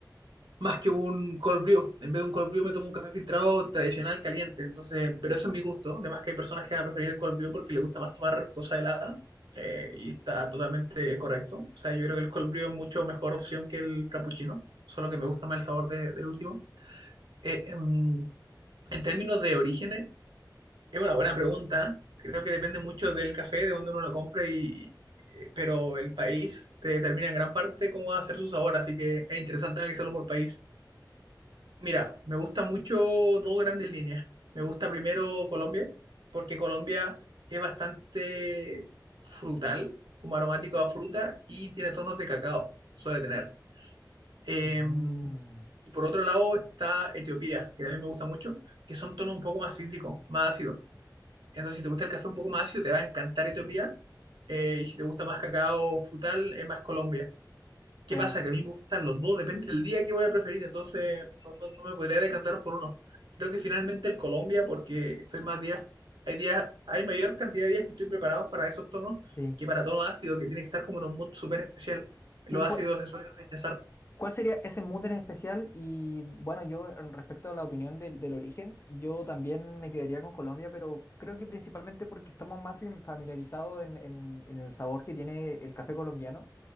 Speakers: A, on the right; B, on the left.
A: más que un cold brew. En vez de un cold brew me tomo un café filtrado tradicional caliente. Entonces, pero eso es mi gusto. Además que hay personas que van a preferir el cold brew porque les gusta más tomar cosa helada. eh, y está totalmente correcto. O sea, yo creo que el cold brew es mucho mejor opción que el frappuccino. Solo que me gusta más el sabor de- del último. Eh, em, en términos de orígenes, es una buena pregunta. Creo que depende mucho del café, de dónde uno lo compre y... eh, Pero el país te determina en gran parte cómo va a ser su sabor, así que es interesante analizarlo por país. Mira, me gusta mucho dos grandes líneas. Me gusta primero Colombia, porque Colombia es bastante frutal, como aromático a fruta, y tiene tonos de cacao, suele tener. Eh,
B: Mm,
A: y por otro lado está Etiopía, que también me gusta mucho, que son tonos un poco más cítricos, más ácidos. Entonces, si te gusta el café un poco más ácido, te va a encantar Etiopía. Eh, y si te gusta más cacao frutal, es más Colombia. ¿Qué
B: Claro,
A: pasa? Que a mí me gustan los dos, depende del día que voy a preferir, entonces no, no- no me podría decantar por uno. Creo que finalmente el Colombia, porque estoy más días, hay días, hay mayor cantidad de días que estoy preparado para esos tonos
B: sí.
A: que para tono ácido, que tiene que estar como en un mood súper especial. Los
B: Sí, ¿cuál-
A: ácidos se suelen rechazar.
B: ¿Cuál sería ese mood en especial? Y bueno, yo en respecto a la opinión del del origen, yo también me quedaría con Colombia, pero creo que principalmente porque estamos más fam- familiarizados en, en- en el sabor que tiene el café colombiano